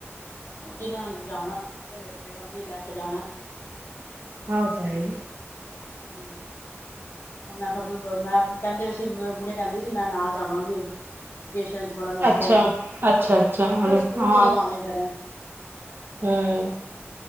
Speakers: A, on the left; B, on the right.
A: ਉਹ ਜਿਨੇ ਜਾਣਾ ਆਪੇ ਵੇਖੇ ਕੀ ਲੈ ਕੇ ਜਾਣਾ।
B: ਹਾਂ ਓ ਤੇ ਹੈ।
A: ਹੂੰ। ਹੁਣ ਮਮ ਮੈਂ ਕਿਹਾ ਮੈਂ ਕਹਿੰਦੇ ਪ‌ਏ ਸੀ ਗੁਡੀਆ ਕਹਿੰਦੀ ਸੀ ਮੈਂ ਨਾਲ ਜਾਵਾਂਗੀ। ਸਟੇਸ਼ਨ ਛੋੜਨ ਆਸਤੇ,
B: ਅੱਛਾ ਅੱਛਾ ਅੱਛਾ ਉਹਨੂੰ
A: ਮੈਂ ਕਿਹਾ ਸਕੂਲ
B: ਹਾਂ
A: ਕਦੋਂ ਜਾਣਾ ਫੇਰ।
B: ਹੂੰ,